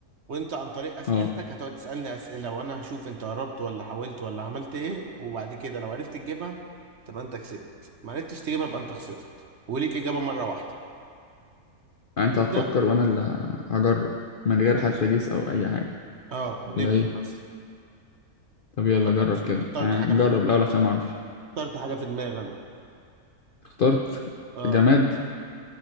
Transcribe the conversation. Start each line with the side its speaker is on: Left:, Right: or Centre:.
Right: وانت عن طريق اسئلتك
Left: اه
Right: هتقعد تسألني اسئلة وانا هشوف انت قربت ولا حاولت ولا عملت ايه وبعد كده لو عرفت تجيبها تبقى انت كسبت ما عرفتش تجيبها يبقى انت خسرت وليك اجابة مرة واحدة
Left: انت
Right: نبدأ
Left: هتفكر وانا اللي هجرب من غير
Right: ماشي
Left: حتى جيس او اي حاجه
Right: اه نبدأ
Left: ولا ايه
Right: بس
Left: طب يلا
Right: خلاص
Left: جرب كده
Right: اخترت
Left: آه،
Right: حاجة
Left: نجرب
Right: في
Left: الاول عشان ما اعرفش
Right: اخترت حاجة في دماغي أنا
Left: اخترت
Right: آه
Left: جماد